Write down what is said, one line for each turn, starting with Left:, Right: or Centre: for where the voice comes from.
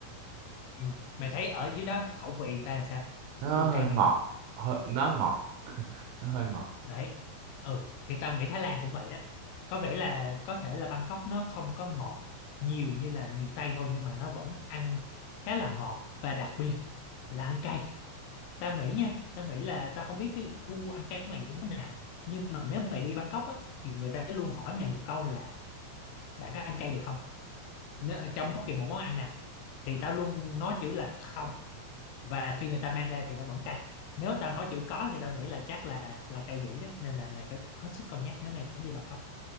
Left: ừ. mày thấy ở dưới đó khẩu vị người ta làm sao
Right: nó
Left: chua
Right: hơi
Left: cay mặn
Right: ngọt
Left: ngọt
Right: hơi, nó ngọt nó hơi ngọt
Left: đấy ừ thì tao nghĩ Thái Lan cũng vậy đó có vẻ là có thể là Bangkok nó không có ngọt nhiều như là miền Tây thôi nhưng mà nó vẫn ăn khá là ngọt và đặc biệt là ăn cay tao nghĩ nha tao nghĩ là tao không biết cái gu ăn cay của mày như thế nào nhưng mà nếu mày đi Bangkok á, thì người ta sẽ luôn hỏi mày một câu là bạn có ăn cay được không nếu, ở trong bất kỳ một món ăn nào thì tao luôn nói chữ là không và khi người ta mang ra thì nó vẫn cay nếu tao nói chữ có thì tao nghĩ là chắc là là cay dữ đấy nên là mày phải hết sức cân nhắc nếu mày tính đi Bangkok